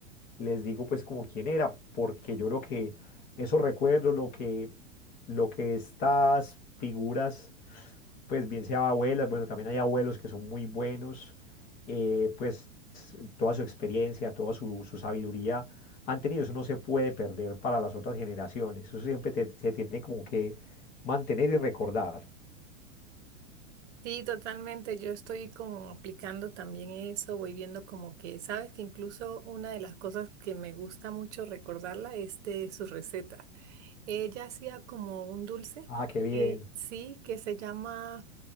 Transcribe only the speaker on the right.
Sí, totalmente. Yo estoy como aplicando también eso, voy viendo como que, sabes que incluso una de las cosas que me gusta mucho recordarla es de sus recetas. Ella hacía como un dulce
que sí, que se llama